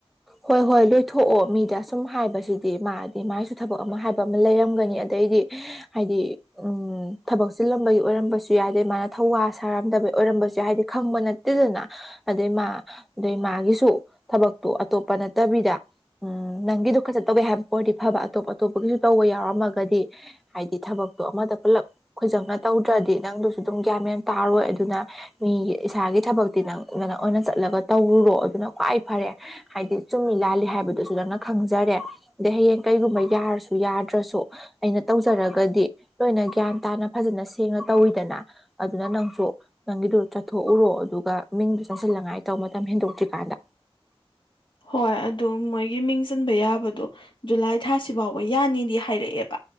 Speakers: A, in the centre; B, on the left.
A: ꯍꯣꯏ ꯍꯣꯏ ꯂꯣꯏꯊꯣꯛꯑꯣ ꯃꯤꯗ ꯁꯨꯝ ꯍꯥꯏꯕꯁꯤꯗꯤ ꯃꯥꯗꯤ ꯃꯥꯒꯤꯁꯨ ꯊꯕꯛ ꯑꯃ ꯍꯥꯏꯕ ꯑꯃ ꯂꯩꯔꯝꯒꯅꯤ ꯑꯗꯩꯗꯤ ꯍꯥꯏꯗꯤ ꯎꯝ ꯊꯕꯛ ꯆꯤꯜꯂꯝꯕꯒꯤ ꯑꯣꯏꯔꯝꯕꯁꯨ ꯌꯥꯏꯗꯦ ꯃꯥꯅ ꯊꯧꯋꯥ ꯁꯥꯔꯝꯗꯕꯩ ꯑꯣꯏꯔꯝꯕꯁꯨ ꯌꯥꯏꯗꯗꯤ ꯈꯪꯕ ꯅꯦ ꯗꯨꯗꯨꯅꯥ ꯑꯗꯩ ꯃꯥ ꯑꯗꯩ ꯃꯥꯒꯤꯁꯨ ꯊꯕꯛꯇꯣ ꯑꯇꯣꯞꯄ ꯅꯠꯇꯕꯤꯗ ꯎꯝ ꯅꯪꯒꯤꯗꯣ ꯈꯖ ꯇꯧꯋꯦ ꯍꯥꯏꯕ ꯄ ꯑꯣꯏꯔꯗꯤ ꯐꯕ ꯑꯇꯣꯞ ꯑꯇꯣꯞꯄꯒꯤꯁꯨ ꯇꯧꯕ ꯌꯥꯎꯔꯝꯃꯒꯗꯤ ꯍꯥꯏꯗꯤ ꯊꯕꯛꯇꯣ ꯑꯃꯗ ꯄꯨꯂꯞ ꯈꯣꯏꯖꯪꯅ ꯇꯧꯗ꯭ꯔꯗꯤ ꯅꯪꯗꯨꯁꯨ ꯑꯗꯨꯝ ꯒ꯭ꯌꯥꯟ ꯃꯦꯟꯟ ꯇꯥꯔꯣꯏ ꯑꯗꯨꯅ ꯃꯤꯒꯤ ꯏꯁꯥꯒꯤ ꯊꯕꯛꯇꯤ ꯅꯪ ꯅ ꯅꯪ ꯑꯣꯏꯅ ꯆꯠꯂꯒ ꯇꯧꯔꯨꯔꯣ ꯑꯗꯨꯅ ꯈ꯭ꯋꯥꯏ ꯐꯔꯦ ꯍꯥꯏꯗꯤ ꯆꯨꯝꯃꯤ ꯂꯥꯜꯂꯤ ꯍꯥꯏꯕꯗꯨꯁꯨ ꯅꯅ ꯈꯪꯖꯔꯦ ꯑꯗꯩ ꯍꯌꯦꯡ ꯀꯩꯒꯨꯝꯕ ꯌꯥꯔꯁꯨ ꯌꯥꯗ꯭ꯔꯁꯨ ꯑꯩꯅ ꯇꯧꯖꯔꯒꯗꯤ ꯂꯣꯏꯅ ꯒ꯭ꯌꯥꯟ ꯇꯥꯅ ꯐꯖꯅ ꯁꯦꯡꯅ ꯇꯧꯋꯤꯗꯅ ꯑꯗꯨꯅ ꯅꯪꯁꯨ ꯅꯪꯒꯤꯗꯨꯣ ꯆꯠꯊꯣꯛꯎꯔꯣ ꯑꯗꯨꯒ ꯃꯤꯡꯗ ꯆꯪꯁꯤꯟꯂꯉꯥꯏ ꯇꯧ ꯃꯇꯝ ꯍꯦꯟꯗꯣꯛꯇ꯭ꯔꯤꯀꯥꯟꯗ
B: ꯍꯣꯏ ꯑꯗꯨ ꯃꯣꯏꯒꯤ ꯃꯤꯡ ꯆꯟꯕ ꯌꯥꯕꯗꯣ ꯖꯨꯂꯥꯏ ꯊꯥꯁꯤ ꯐꯥꯎꯕ ꯌꯥꯅꯤꯗꯤ ꯍꯥꯏꯔꯛꯑꯦꯕ